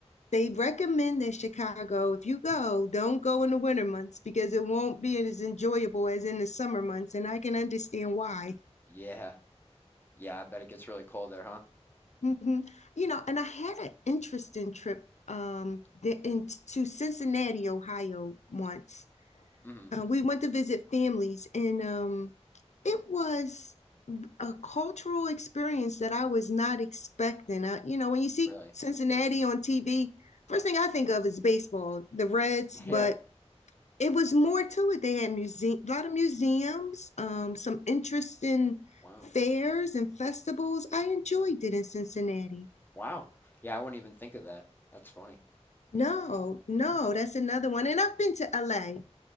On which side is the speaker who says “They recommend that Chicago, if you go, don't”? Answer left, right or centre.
Left